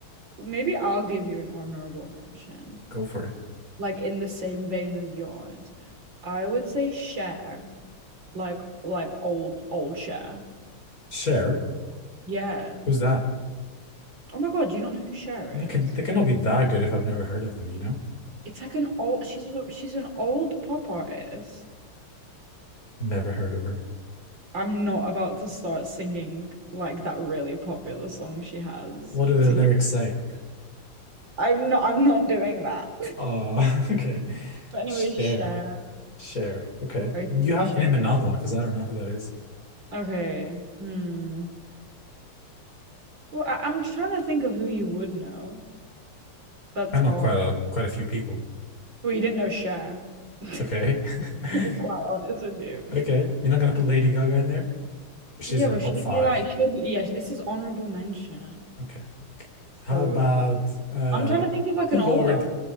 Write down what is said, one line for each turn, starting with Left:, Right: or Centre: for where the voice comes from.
Right: maybe I'll give you an honorable mention,
Left: go for it.
Right: like in the same vein as yours. I would say Cher, like like old old Cher.
Left: Cher,
Right: Yeah.
Left: who's that?
Right: Oh my God, do you not know who Cher
Left: They
Right: is?
Left: can they cannot be that good if I've never heard of them, you know?
Right: It's like an old she's a, she's an old pop artist.
Left: Never heard of her.
Right: I'm not about to start singing like that really popular song she has
Left: What do the
Right: to
Left: lyrics say?
Right: I'm not I'm not doing that. <laughs>
Left: Oh, <laughs> okay.
Right: But anyway,
Left: Cher,
Right: Cher.
Left: Cher. Okay,
Right: I think
Left: you have
Right: Cher.
Left: to name another one because I don't know who that is.
Right: Okay. Hmm. Well, I I'm trying to think of who you would know. That's
Left: I know
Right: hard.
Left: quite a quite a few people.
Right: Well, you didn't know Cher, <laughs> to
Left: Okay,
Right: be
Left: <laughs>
Right: quite honest with you.
Left: okay. You're not gonna put Lady Gaga in there? She's
Right: Yeah,
Left: in
Right: but
Left: the top
Right: she'd
Left: five.
Right: be like, she'll be, yes, this is honorable mention.
Left: Okay. How
Right: So
Left: about uh
Right: I'm trying to think of like
Left: Lord?
Right: an older.